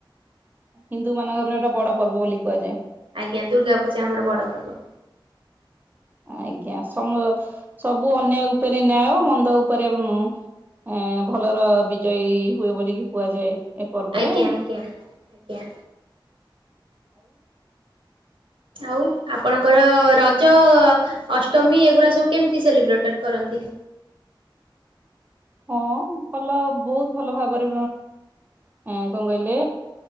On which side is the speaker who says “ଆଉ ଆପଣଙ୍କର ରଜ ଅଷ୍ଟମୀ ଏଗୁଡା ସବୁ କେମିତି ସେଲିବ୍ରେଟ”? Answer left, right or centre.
Right